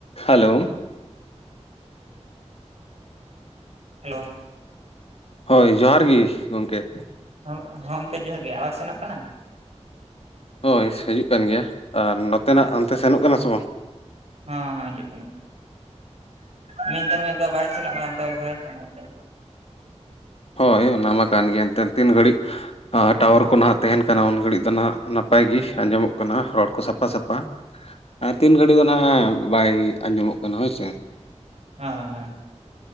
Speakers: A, on the left; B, on the right.
A: Hello
B: hello
A: ᱦᱳᱭ ᱡᱚᱦᱟᱨ ᱜᱮ ᱜᱚᱢᱠᱮ᱾
B: ᱦᱚᱸ ᱜᱚᱝᱠᱮ ᱡᱚᱦᱟᱨᱜ ᱜᱮ ᱟᱵᱟᱡ ᱥᱮᱱᱚᱜ ᱠᱟᱱᱟ?
A: ᱦᱳᱭ ᱦᱤᱡᱩᱜ ᱠᱟᱱ ᱜᱮᱭᱟ ᱟᱨ ᱱᱚᱛᱮᱱᱟᱜ ᱦᱟᱱᱛᱮ ᱥᱮᱱᱚᱜ ᱠᱟᱱᱟ ᱥᱮ ᱵᱟᱝ?
B: ᱦᱮᱸᱦᱮᱸ ᱦᱤᱡᱩᱜ ᱠᱟᱱᱟ, ᱢᱤᱫᱫᱷᱟ ᱢᱤᱫᱫᱷᱟ ᱵᱟᱭ ᱥᱮᱱᱚᱜ ᱠᱟᱱᱟ ᱛᱚ,
A: ᱦᱳᱭ ᱚᱱᱟᱢᱟ ᱠᱟᱱ ᱜᱮᱭᱟ ᱮᱱᱛᱮ ᱛᱤᱱ ᱜᱷᱟᱹᱲᱤᱡ ᱴᱟᱣᱟᱨ ᱠᱚ ᱱᱟᱦᱟᱜ ᱛᱟᱦᱮᱱ ᱠᱟᱱᱟ ᱩᱱ ᱜᱷᱟᱹᱲᱤᱡ ᱫᱚ ᱱᱟᱦᱟᱜᱜ ᱱᱟᱯᱟᱭ ᱜᱮ᱾ ᱟᱡᱚᱢᱚᱜ ᱠᱟᱱᱟ ᱨᱚᱲ ᱠᱚ ᱥᱟᱯᱷᱟ ᱥᱟᱯᱷᱟ ᱟᱨ ᱛᱤᱱ ᱜᱷᱟᱹᱲᱤᱡ ᱫᱚ ᱱᱟᱦᱟᱜ ᱵᱟᱭ ᱟᱡᱚᱢᱚᱜ ᱠᱟᱱᱟ ᱦᱳᱭᱥᱮ?
B: ᱦᱮᱸ ᱦᱮᱸ